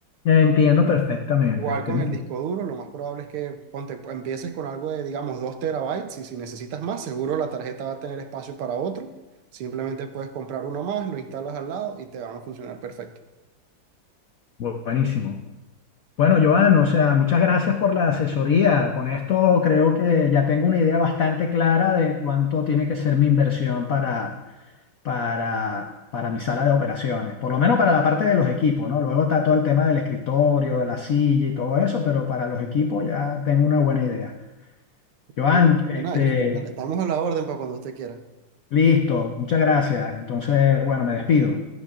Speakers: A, on the left (about 75°); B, on the right (about 80°).
A: entiendo perfectamente.
B: Igual
A: entiendo
B: con el disco duro, lo más probable es que ponte, pues, empieces con algo de, digamos, 2 terabytes y si necesitas más, seguro la tarjeta va a tener espacio para otro. Simplemente puedes comprar uno más, lo instalas al lado y te van a funcionar perfecto.
A: Buenísimo. Bueno, Joan, o sea, muchas gracias por la asesoría. Con esto creo que ya tengo una idea bastante clara de cuánto tiene que ser mi inversión para, para, para mi sala de operaciones. Por lo menos para la parte de los equipos, ¿no? Luego está todo el tema del escritorio, de la silla y todo eso, pero para los equipos ya tengo una buena idea. Joan,
B: Ven-
A: este,
B: De nada, Cristian, vale, estamos a la orden para cuando usted quiera.
A: listo, muchas gracias. Entonces, bueno, me despido.